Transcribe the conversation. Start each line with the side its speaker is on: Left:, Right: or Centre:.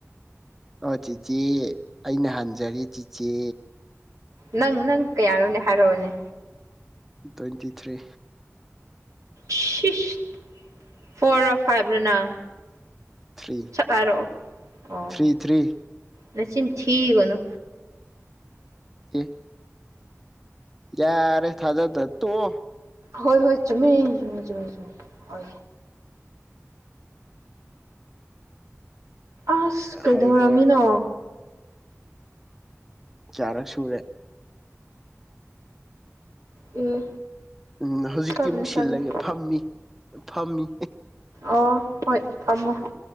Centre: ꯑꯣ ꯆꯤꯆꯦ ꯑꯩꯅ ꯍꯟꯖꯔꯦ ꯆꯤꯆꯦ
Right: ꯅꯪ ꯅꯪ ꯀꯌꯥꯅꯣꯅꯦ ꯍꯥꯏꯔꯛꯑꯣꯅꯦ
Centre: ꯇ꯭ꯋꯦꯟꯇꯤ ꯊ꯭ꯔꯤ
Right: ꯁꯤꯁ ꯐꯣꯔꯔ ꯐꯥꯏꯕꯔ ꯅꯪ
Centre: ꯊ꯭ꯔꯤ
Right: ꯁꯠ ꯍꯥꯏꯔꯛꯑꯣ ꯑꯣ
Centre: ꯊ꯭ꯔꯤ ꯊ꯭ꯔꯤ
Right: ꯅꯆꯤꯟ ꯊꯤꯒꯅꯨ
Centre: ꯑꯦ ꯌꯥꯔꯦ ꯊꯥꯖꯗ ꯇꯣꯛꯑꯣ
Right: ꯍꯣꯏ ꯍꯣꯏ ꯆꯨꯝꯃꯦ ꯆꯨꯝꯃꯦ ꯆꯨꯝꯃꯦ ꯆꯨꯝꯃꯦ ꯍꯣꯏ ꯑꯁ ꯀꯩꯗꯧꯔꯝꯃꯤꯅꯣ
Centre: ꯍꯌꯦꯡꯋꯥꯏ ꯀꯌꯥꯔꯛ ꯁꯨꯔꯦ
Right: ꯑꯦ
Centre: ꯎꯝ ꯍꯧꯖꯤꯛꯇꯤ
Right: ꯁꯣꯏꯕꯅꯦ
Centre: ꯑꯃꯨꯛ ꯁꯤꯜꯂꯒꯦ
Right: ꯁꯣꯏꯕꯅꯦ
Centre: ꯐꯝꯃꯤ ꯐꯝꯃꯤ
Right: ꯑꯣ ꯍꯣꯏ ꯐꯝꯃꯨ